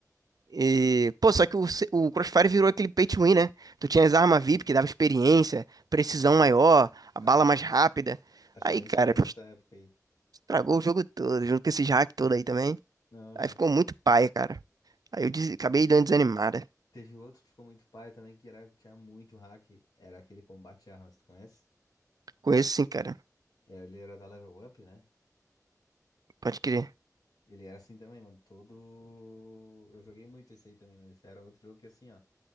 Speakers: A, on the right (about 75°); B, on the left (about 90°).
A: E, pô, só que o, C- o Crossfire
B: Nossa.
A: virou aquele pay to win, né? Tu tinha as armas VIP que dava experiência, precisão maior, a
B: Tá,
A: bala
B: nem.
A: mais rápida.
B: Acho
A: Aí,
B: que eu nem
A: cara,
B: cheguei nessa época aí.
A: estragou o jogo todo, junto com esses hack todo aí também.
B: Ah.
A: Aí ficou muito paia, cara. Aí eu des- acabei dando desanimada.
B: Teve outro que ficou muito paia também, que era, tinha muito hack. Era aquele Combate Armas, tu conhece?
A: Conheço sim, cara.
B: É, Ele era da Level Up, né?
A: Pode crer.
B: Ele era assim também, mano. Todo. Eu joguei muito esse aí também, mas era outro jogo que assim, ó.